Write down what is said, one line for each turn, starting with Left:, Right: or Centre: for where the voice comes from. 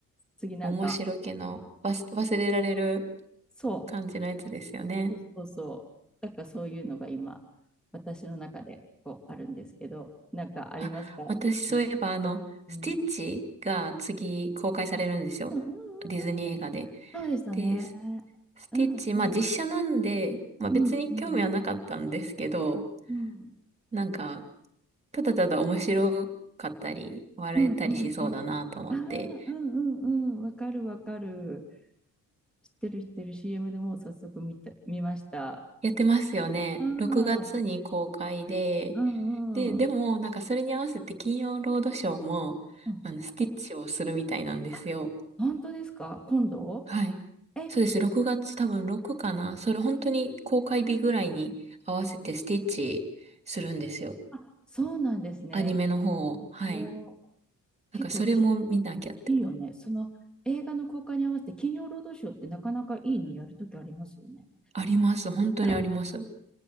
Centre: 次なんか、
Right: 面白気の、
Centre: うん
Right: 忘忘れられる
Centre: そ
Right: 感じのやつですよね。
Centre: う、そうそうそう。なんかそういうのが今、私の中でこうあるんですけど、なんかありますか次うん。
Right: あ、私そういえばあの、
Centre: うん
Right: スティッチが次公開されるんですよ。
Centre: うんうんうんうん。
Right: ディズニー映画で。
Centre: そうでしたね。
Right: で、ススティッチ、
Centre: うんうん
Right: まあ実写なんで、まあ別に興味はなかったんですけど、
Centre: うんうんうん
Right: なんか、ただただ面白かったり、笑えたりしそうだなと思って、
Centre: うんうんうん。ああ、うんうんうん。わかるわかる。知ってる知ってる CM でもう早速見た、見ました。
Right: やってますよね。
Centre: ああ、
Right: 6月に公開で、
Centre: うんうん。
Right: で、でもなんかそれに合わせて金曜ロードショーも、
Centre: うん
Right: あの、スティッチをするみたいなんですよ。
Centre: あ、本当ですか今度
Right: はい。
Centre: え、
Right: そうです。6月多分6かな。それ本当に公開日ぐらいに合わせてスティッチするんですよ。
Centre: あ、そうなんですね。
Right: アニメの方を。はい。
Centre: もう結構き、
Right: なんかそれも見なきゃって。
Centre: うんいいよね。その映画の公開に合わせて金曜ロードショーってなかなかいいのやるときありますよね。
Right: あります。本当にあります。
Centre: <laughs>